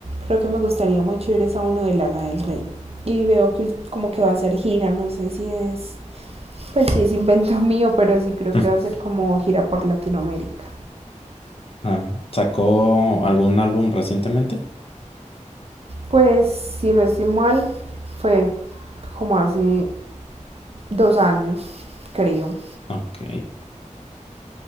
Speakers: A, on the right (about 50°); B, on the left (about 45°).
A: creo que me gustaría mucho ir es a uno de Lana del Rey. Y veo que como que va a hacer gira, no sé si es Pues sí, es invento <laughs> mío, pero sí creo
B: <laughs>
A: que va a ser como gira por Latinoamérica.
B: Ah, ¿sacó algún álbum recientemente?
A: Pues, si no estoy mal, fue como hace dos años, creo.
B: Ok.